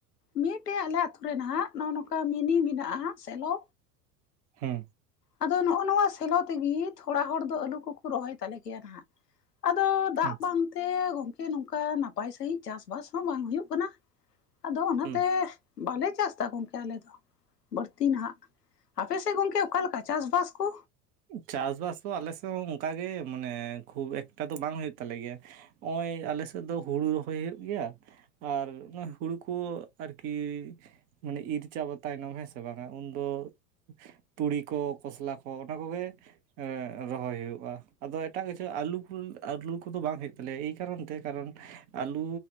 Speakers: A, on the left (about 85°); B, on the right (about 20°).
A: ᱢᱤᱫᱴᱮᱡ ᱟᱞᱮ ᱟᱛᱩ ᱨᱮ ᱱᱟᱦᱟᱸᱜ ᱱᱚᱜ-ᱚ ᱱᱚᱠᱟ ᱢᱤᱱᱤ ᱢᱮᱱᱟᱜ-ᱟ ᱥᱮᱞᱚ
B: ᱦᱩᱸ᱾
A: ᱟᱫᱚ ᱱᱚᱸᱜ-ᱚ ᱱᱚᱣᱟ ᱥᱮᱞᱟ ᱛᱮᱜᱤ ᱛᱷᱚᱲᱟ ᱦᱚᱲ ᱫᱚ ᱟᱹᱞᱩ ᱠᱚᱠᱚ ᱨᱚᱦᱚᱭ ᱛᱟᱞᱮ ᱜᱮᱭᱟ ᱱᱟᱦᱟᱸᱜ, ᱟᱫᱚ ᱫᱟᱜ
B: ᱟᱪᱪᱷᱟ
A: ᱵᱟᱝᱛᱮ ᱜᱚᱝᱠᱮ ᱱᱚᱝᱠᱟ ᱱᱟᱯᱟᱭ ᱥᱟᱹᱦᱤᱡ ᱪᱟᱥ ᱵᱟᱥ ᱦᱚᱸ ᱵᱟᱝ ᱦᱩᱭᱩᱜ ᱠᱟᱱᱟ᱾ ᱟᱫᱚ ᱚᱱᱟᱛᱮ
B: ᱦᱩᱸ
A: ᱵᱟᱞᱮ ᱪᱟᱥᱫᱟ ᱜᱚᱝᱠᱮ ᱟᱞᱮ ᱫᱚ ᱵᱟᱹᱲᱛᱤ ᱱᱟᱦᱟᱸᱜ᱾ ᱟᱯᱮᱥᱮᱫ ᱜᱚᱝᱠᱮ ᱚᱠᱟᱞᱮᱠᱟ ᱪᱟᱥ-ᱵᱟᱥ ᱠᱚ?
B: ᱪᱟᱥ ᱵᱟᱥ ᱫᱚ ᱟᱞᱮ ᱥᱮᱫ ᱦᱚᱸ ᱚᱝᱠᱟᱜᱮ ᱢᱟᱱᱮ ᱠᱷᱩᱵᱽ ᱮᱠᱴᱟ ᱫᱚ ᱵᱟᱝ ᱦᱩᱭᱩᱜ ᱛᱟᱞᱮ ᱜᱮᱭᱟ᱾ ᱚᱸᱭ ᱟᱞᱮ ᱥᱮᱫ ᱫᱚ ᱦᱩᱲᱩ ᱨᱚᱦᱚᱭ ᱦᱩᱭᱩᱜ ᱜᱮᱭᱟ, ᱟᱨ ᱱᱚᱦ ᱦᱩᱲᱩ ᱠᱚ ᱟᱨᱠᱤ ᱢᱟᱱᱮ ᱤᱨ ᱪᱟᱵᱟ ᱛᱟᱭᱱᱚᱢ ᱦᱮᱸᱥᱮ ᱵᱟᱝᱟ ᱩᱱᱫᱚ ᱛᱩᱲᱤ ᱠᱚ ᱠᱚᱥᱞᱟ ᱠᱚ ᱚᱱᱟ ᱠᱚᱜᱮ ᱟ ᱨᱚᱦᱚᱭ ᱦᱩᱭᱩᱜᱼᱟ ᱟᱫᱚ ᱮᱴᱟᱜ ᱠᱤᱪᱷᱩ ᱟᱹᱞᱩ ᱠᱚ ᱟᱹᱞᱩ ᱠᱚᱫᱚ ᱵᱟᱝ ᱦᱩᱭᱩᱜ ᱛᱟᱞᱮᱭᱟ ᱮᱭ ᱠᱟᱨᱚᱱ ᱛᱮ ᱠᱟᱨᱚᱱ ᱟᱹᱞᱩ